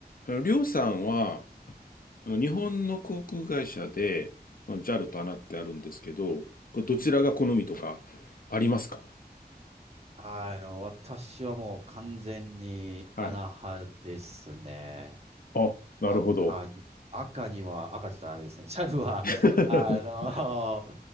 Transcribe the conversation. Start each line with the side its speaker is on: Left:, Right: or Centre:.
Left: あのりょうさんは、あの日本の航空会社で、その JAL と a n ってあるんですけど、これどちらが好みとかありますか
Right: あの、私はもう完全に穴派ですね。
Left: はい。あ、なるほど。
Right: 赤に、赤には、赤って言ったらあれですね。ジャルは、
Left: <laughs>
Right: <laughs> あの、